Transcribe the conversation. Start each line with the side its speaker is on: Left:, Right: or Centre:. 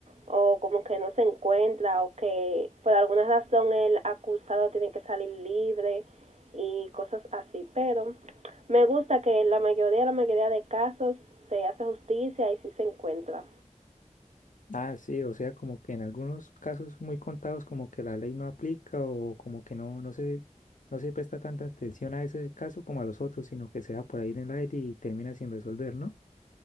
Right: o como que no se encuentra o que por alguna razón el acusado tiene que salir libre y cosas así. Pero me gusta que la mayoría, la mayoría de casos se hace justicia y sí se encuentra.
Left: Ah, sí, o sea, como que en algunos casos muy contados como que la ley no aplica o como que no, no se, no se presta tanta atención a ese caso como a los otros, sino que se va por ahí en el aire y termina sin resolver, ¿no?